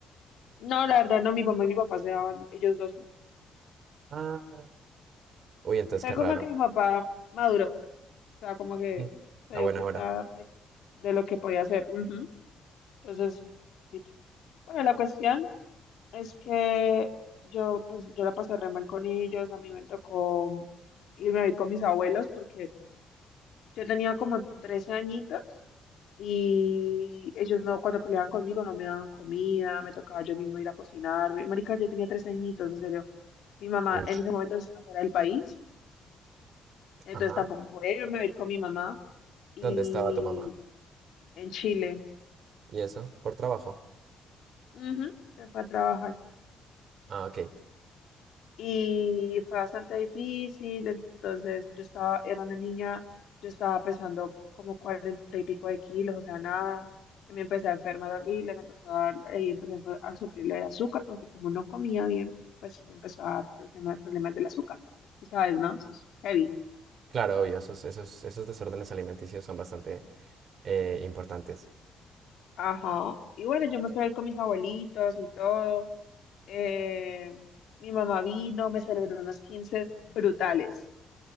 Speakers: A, on the left; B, on the right.
A: No, la verdad, no, mi mamá y mi papá se daban ellos dos juntos.
B: Ah. Uy, entonces
A: Fue
B: qué raro.
A: como que mi papá maduró, o sea, como que
B: Mm.
A: se
B: A
A: dio
B: buena
A: cuenta
B: hora.
A: de, de lo que podía hacer. ujú. Entonces, poquito. bueno, la cuestión es que yo, pues, yo la pasé re mal con ellos, a mí me tocó irme a vivir con mis abuelos porque Yo tenía como trece añitos y ellos no, cuando peleaban conmigo no me daban comida, me tocaba yo mismo ir a cocinar. Mi- Marica, yo tenía 13 añitos, en serio. Mi mamá
B: Uy.
A: en ese momento estaba fuera del país, entonces
B: Ajá.
A: tampoco podía irme a ir con mi mamá. Y
B: ¿Dónde estaba tu mamá?
A: en Chile,
B: ¿Y eso? ¿Por trabajo?
A: ujú, se fue a trabajar.
B: Ah, ok.
A: y fue bastante difícil. Entonces yo estaba, era una niña, yo estaba pesando como cuarenta y pico de kilos, o sea, nada. Me empecé a enfermar horrible, me empezó a dar, ahí empecé a a sufrir lo del azúcar, porque como no comía bien, pues me empezó a dar problemas, problemas del azúcar. Tú sabes, ¿no? Eso es heavy.
B: Claro, obvio, esos, esos, esos desórdenes alimenticios son bastante eh, importantes.
A: Ajá. Y bueno, yo me fui a ir con mis abuelitos y todo. Eh, mi mamá vino, me celebró unos 15 brutales.